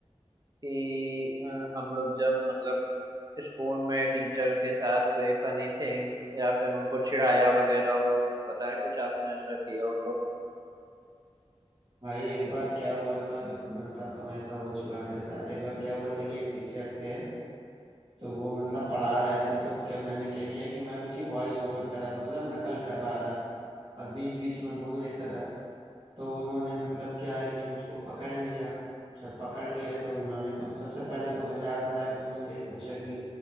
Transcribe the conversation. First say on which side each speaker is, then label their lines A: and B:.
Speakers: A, on the right; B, on the right.
A: कि अ, हम लोग जब मतलब स्कूल में टीचर के साथ कोई फनी थिंग या फिर उनको चिढ़ाया वगैरह हो बताया कुछ आपने ऐसा किया हो तो
B: भाई एक बार क्या हुआ था देखो मैं बताता हूँ ऐसा हो चुका है मेरे साथ एक बार क्या हुआ था कि एक टीचर थे तो वो मतलब पढ़ा रहे थे तो क्या मैंने क्या किया कि मैं उनकी वॉइस ओवर कर रहा था मतलब नकल कर रहा था और बीच बीच में बोल देता था तो उन्होंने मतलब क्या है कि मुझको पकड़ लिया जब पकड़ लिया तो उन्होंने बस- सबसे पहले तो मजाक मजाक में मुझसे ये पूछा कि